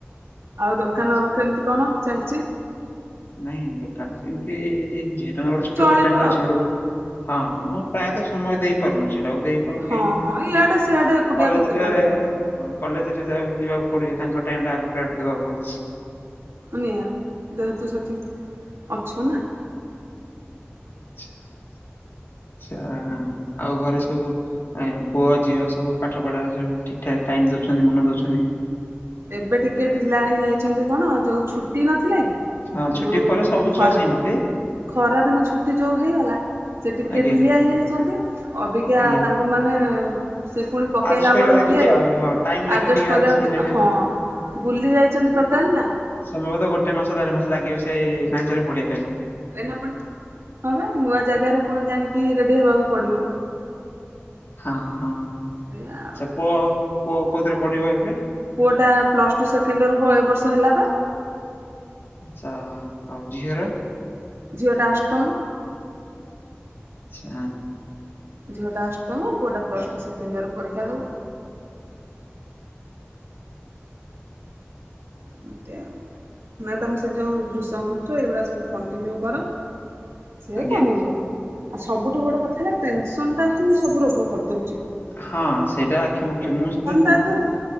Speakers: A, on the right (about 80°); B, on the left (about 60°).
A: ଆଉ ଦୋକାନ
B: ଆଛା
A: କେମିତି କଣ ଚାଲିଛି?
B: ନାଇଁ ଦୋକାନ ସେମିତି ଯେହେତୁ ମର ଗୋଟେ ଛୋଟ
A: ଚଳିବ
B: ଦୋକାନରେ
A: ଆଉ
B: ଅଛି ହଁ ଆମ ପ୍ରାୟତଃ ସମୟ ଦେଇପାରୁନି। ସେଟାକୁ ଦେଇପାରୁନି
A: ହଁ
B: କାହିଁକି ନା
A: ହଁ ଇଆଡେ ସିଆଡେ ଏକୁଟିଆ
B: କଲେଜରେ
A: କେତେ କୁଆଡେ କଣ କରିବ
B: କଲେଜ ରେ ଯକୁ ଯିବାକୁ ପଡୁଛି ତାଙ୍କ ଟାଇମ ଆଗ ପ୍ରାଇଭେଟ ଦେବାକୁ ପଡୁଛି।
A: ନିହାତି ଦେହେତୁ ସେଠିକ ଅଛ ନା
B: ଆଛା, ଆଉ ଘରେ ସବୁ ଏ ପୁଅ ଝିଅ ସବୁ ପାଠ ପଢାରେ ସବୁ ଠିକ ଠାକ ଟାଇମ ଦଉଛନ୍ତି ମନ ଦଉଛନ୍ତି।
A: ଏବେ ଟିକେ ଢିଲା ହେଇଯାଇଛନ୍ତି କଣ ଯୋଉ ଛୁଟି ନଥିଲା କି?
B: ହଁ ଛୁଟି
A: ଯୋଉ
B: ପରେ ସବୁ
A: ଖରା
B: ଛୁଆ ସେମିତି
A: ଖରା ଦିନ ଛୁଟି ଯୋଉ ହେଇଗଲା ସେ ଟିକେ
B: ଆଜ୍ଞା
A: ଢିଲିଆ ହେଇଯାଇଛନ୍ତି। ଅବିକା
B: ଆଜ୍ଞା।
A: ତା ମାନେ ସେ ପୁଣି ପକେଇଲା
B: ଆଡଜଷ୍ଟ କରିବାକୁ
A: ବେଳୁ
B: ଲାଗୁଛି
A: ଇଏରେ
B: ଆଉ ହଁ ଟାଇମ ଲାଗିବ
A: ଆଡଜଷ୍ଟ
B: ଟିକେ
A: କରିବାକୁ
B: ଆଡଜଷ୍ଟମେଣ୍ଟ ହେବେ ଆଉ
A: ହଁ ବୁଲି ଯାଇଛନ୍ତି ଟୋଟାଲ ନା
B: ସମୟବ ତ ଗୋଟେ ମାସ ଦେଢ ମାସ ଲାଗିବ ସେଇ ଢାଞ୍ଚରେ ପଡିବା ପାଁଇ।
A: ଏଇ ପୁଣି ହ ନୂଆ ଜାଗାରେ ପୁଣି ଜାଣିକି ରେଡି ହବାକୁ ପଡିବ।
B: ହଁ ହଁ,
A: ଏଇଆ
B: ଆଚ୍ଛା
A: ଆଉ
B: ପୁଅ ପୁଅ କୋଉଥିରେ ପଢିବ ଏବେ?
A: ପୁଅ ଟା ପ୍ଲସ ଟୁ ସେକେଣ୍ଡ ର ଏ ବର୍ଷ ହେଲା ପା।
B: ଚାହା ଆଉ ଝିଅର?
A: ଝିଅଟା ଅଷ୍ଟମ
B: ଚା
A: ଝିଅଟା ଅଷ୍ଟମ ପୁଅଟା ପ୍ଲସ୍ ଟୁ ସେକେଣ୍ଡ ଇୟରରେୀକ୍ଷା ଦେବ। ଏମିତି ଆଉ ନା ତମେ ସେ ଯୋଉ ଭୃଷମ ପତ୍ର ଏଇଗୁଡା ସବୁ କଣ୍ଟିନ୍ୟୁ କର, ସିଏ
B: ଆଜ୍ଞା
A: କମିଯିବ। ଆଉ ସବୁଠୁ ବଡ କଥା ହେଲା ଟେନସନ ଟା ହିଁ ସବୁ ରୋଗ କରିଦଉଚି।
B: ହଁ ସେଇଟା ଆକ୍ଷି ମୁଖ ମୁଁ ସେଟା
A: ଟା ନୁହଁ କି